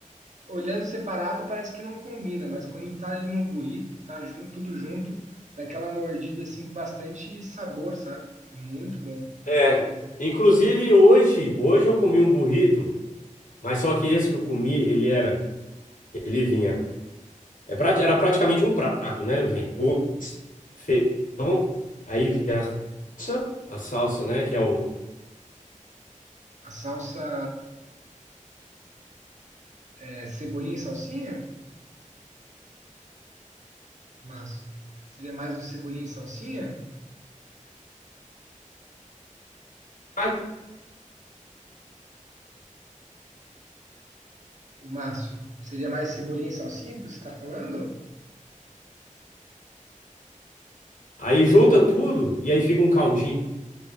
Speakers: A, on the right; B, on the left.
A: olhando separado parece que não combina, mas quando tá ali num burrito, tá junto, tudo junto, dá aquela mordida assim com bastante sabor, sabe? É muito bom,
B: É,
A: muito bom mesmo.
B: inclusive hoje, hoje eu comi um burrito, mas só que esse que eu comi, ele era, ele vinha, é prati- era praticamente um prato, né? Vinha arroz, feijão, aí vinha a salsa, a salsa, né, que é o
A: A salsa é, cebolinha e salsinha, Márcio? Seria mais o cebolinha e salsinha?
B: tadinho.
A: O Márcio, seria mais cebolinha e salsinha que você está falando?
B: aí junta tudo e aí fica um caldinho.